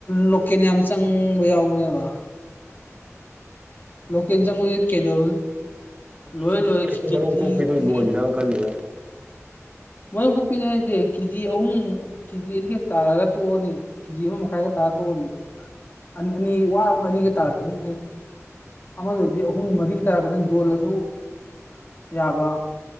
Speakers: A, on the left; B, on the right.
A: ꯂꯣꯀꯦꯜ ꯌꯥꯝ ꯆꯪꯕ ꯌꯥꯎꯕꯅꯦꯕ ꯂꯣꯀ ꯆ ꯃ ꯀꯩꯗꯧ
B: ꯕꯤꯗꯨ
A: ꯂꯣꯏꯣꯏ
B: ꯁꯤ
A: ꯂꯣꯏ
B: ꯆꯦꯡꯒꯤ
A: ꯀꯦꯖꯤ
B: ꯃꯔꯨꯝ ꯀꯣꯛꯄꯤꯗꯨ
A: ꯑꯅꯤ
B: ꯂꯣꯏꯒꯤꯔꯅ ꯈꯜꯂꯤꯕ
A: ꯃꯥꯡ ꯀꯣꯛꯄꯤꯅꯤ ꯍꯥꯏꯁꯦ ꯀꯦꯖꯤ ꯑꯍꯨꯝ ꯀꯦꯖꯤ ꯑꯅꯤꯈꯛ ꯇꯥꯔꯒ ꯇꯣꯛꯑꯅꯤ ꯀꯦꯖꯤ ꯑꯃ ꯃꯈꯥꯏꯒ ꯇꯥꯔ ꯇꯣꯛꯑꯅꯤ ꯑꯅꯤ ꯋꯥꯔꯔꯕꯗ ꯑꯅꯤꯒꯩ ꯇꯥꯔꯛꯀꯅꯤ ꯑꯃꯗꯨꯗꯤ ꯑꯍꯨꯝ ꯃꯔꯤꯒꯤ ꯇꯥꯔꯛꯀꯅꯤ ꯌꯖꯣꯜꯂꯁꯨ ꯌꯥꯕ